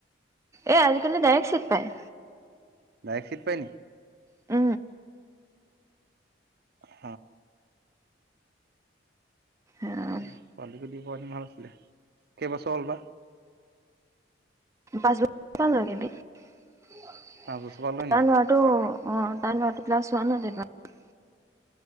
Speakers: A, on the right; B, on the right.
A: এ আজিকালি ডাইৰেক্ট চিট পাই
B: ড্ৰাই ফিট পায়নি
A: উ,
B: হ,
A: পায়
B: উ পালোগৈ দি অইন মাল আছে কেইবছৰ হ'ল বা
A: পাঁচ ব লাগিবি তাৰ
B: পাঁচ বছৰ পৰা লয় নি
A: লৰাটো অ তাৰ ল'ৰাটো ক্লাছ ওৱানত এইবাৰ